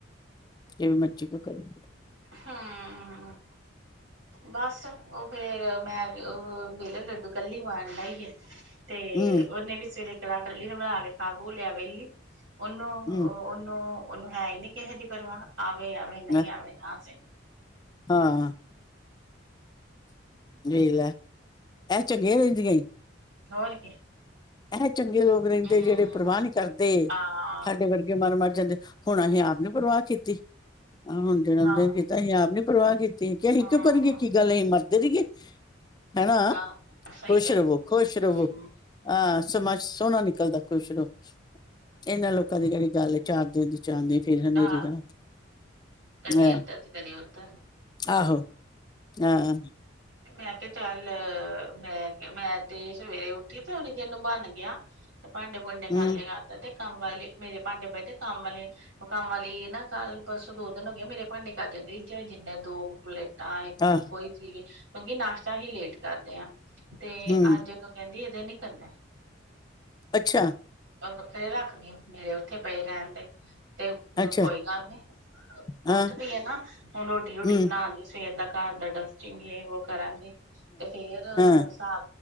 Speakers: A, on the left; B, on the right.
A: ਕਿਵੇ ਮਰਜ਼ੀ ਕੋਈ ਕਰੇ
B: ਹਮਮ। ਬਸ, ਉਹ ਫੇਰ ਮੈਂ ਉਹ ਵੇਹਲਾ ਲੱਡੂ ਕੱਲੀ ਵੰਡ ਆਇ ਏ। ਤੇ
A: ਹੂੰ
B: ਉਹਨੇ ਵੀ ਸਵੇਰੇ ਕੜਾਹ ਕੱਲੀ ਬਣਾ ਕੇ ਖਾ ਖੂ ਲਿਆ ਵੇਹਲੀ। ਉਹਨੂੰ-
A: ਹੂੰ
B: ਉਹਨੂੰ-ਉਹਨੂੰ ਹੈ ਈ ਨੀ ਕਿਸੇ ਦੀ ਪਰਵਾਹ ਆਵੇ-ਆਵੇ ਨਹੀਂ
A: ਮੈਂ-
B: ਆਵੇ। ਆਸੇ
A: ਹਾਂ। ਵੇਖ ਲੈ ਇਹ ਚੰਗੀਆਂ ਰਹਿੰਦੀਆਂ ਈ ।
B: ਹੋਰ ਕੀ।
A: ਇਹ ਚੰਗੇ ਲੋਕ ਰਹਿੰਦੇ
B: ਹੂੰ
A: ਜਿਹੜੇ ਪ੍ਰਵਾਹ ਨੀ ਕਰਦੇ,
B: ਹਾਂ
A: ਸਾਡੇ ਵਰਗੇ ਮਨ ਮਰ ਜਾਂਦੇ। ਹੁਣ ਅਹੀ ਆਪ ਨੀ ਪਰਵਾਹ ਕੀਤੀ, ਆ ਹੁਣ ਜਹੜਮਦਿਨ
B: ਹਾਂ
A: ਕੀਤਾ ਸੀਂ ਆਪ ਨੀ ਪਰਵਾਹ ਕੀਤੀ। ਤੇ ਕਿ ਅਹੀ
B: ਹਾਂ।
A: ਕਿਉ ਕਰੀਏ ਕੀ ਗੱਲ ਅਹੀ ਮਰਦੇ ਰਹੀਏ। ਹੇਨਾ
B: ਆਹ ਸਹੀ
A: ਖੁਸ਼
B: ਗੱਲ
A: ਰਵੋ ਖੁਸ਼ ਰਵੋ।
B: ਹੂੰ
A: ਹਾਂ, ਸਮਾਂ ਸੋਹਣਾ ਨਿਕਲਦਾ ਖੁਸ਼ ਰੋ ਇਹਨਾਂ ਲੋਕਾਂ ਦੀ ਜੇਹੜੀ ਗੱਲ ਏ ਚਾਰ ਦੇਨ ਦੀ ਚਾਦਨੀ ਫੇਰ ਹਨੇਰੀ
B: ਆਹ
A: ਰਾਤ
B: ਕਦੀ
A: ਆਹ
B: ਏਦਰ ਤੇ ਕਦੀ ਉਧਰ
A: ਆਹੋ ਆਹ
B: ਮੈਂ ਕਿਹਾ ਚੱਲ, ਮੈਂ ਕਿਹਾ ਮੈਂ ਤੇ ਸਵੇਰੇ ਉੱਠੀ ਤੇ ਉਹਨੇ <unintelligible> ਨੂੰ ਬੰਨ ਗਿਆ। ਭਾਂਡੇ ਭੁਡੇ ਖਾਲੀ
A: ਹਮ
B: ਕਰਤੇ ਤੇ, ਕੰਮ ਵਾਲੀ ਮੇਰੇ ਭਾਂਡੇ ਪਏਦੇ ਕੰਮ ਵਾਲੀ ਕੰਮ ਵਾਲੀ ਨਾ ਕੱਲ ਬਸ ਦੋ ਦਿਨ ਹੋ ਗਏ ਮੇਰੇ ਭਾਂਡੇ ਕਰਦੇ। ਜਾਂ ਜਿੰਨੇ ਦੋ ਕੁਲੇ, ਤਾਂ ਇੱਕ
A: ਆਹ
B: ਕੋਈ ਚੀਜ਼, ਕਿਉਂਕਿ ਨਾਸ਼ਤਾ ਅਸੀਂ ਲੇਟ ਕਰਦੇ ਆ ਤੇ
A: ਹਮ
B: ਅੱਜ ਕੇਹਿੰਦੀ। ਦੇ ਨੀ ਕਰਨੇ,
A: ਅੱਛਾ,
B: ਉਹ ਵੱਖਰੇ ਰੱਖਦੀ, ਮੇਰੇ ਉੱਥੇ ਪਏ ਰਹਿਨ ਦੇ ਤੇ
A: ਅੱਛਾ
B: ਕੋਈ ਗੱਲ ਨੀ
A: ਹਾਂ
B: ਉੱਠ ਪਈ ਐ ਨਾ, ਹੁਨ ਰੋਟੀ ਰੂਟੀ
A: ਹਮ
B: ਬਣਾ ਲੀ ਸਵੇਰ ਤੱਕ, ਘਰ ਦਾ ਡਸਟਿੰਗ ਵੋ ਕਰਾਂਗੇ ਤੇ ਫਿਰ
A: ਹਾਂ
B: ਸਾ ਆ